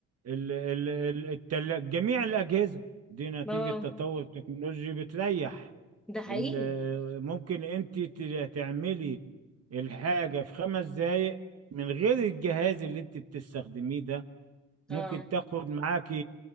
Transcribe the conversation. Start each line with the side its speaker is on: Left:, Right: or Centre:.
Right: ال- ال- ال- التلا- جميع الأجهزة دي نتيجة
Centre: اه
Right: تطور التكنولوجي بتريح
Centre: ده حقيقي
Right: ال- ممكن انت ت- تعملي الحاجة في خمس دقايق من غير الجهاز اللي انت بتستخدميه ده ممكن
Centre: اه
Right: تاخد معاكي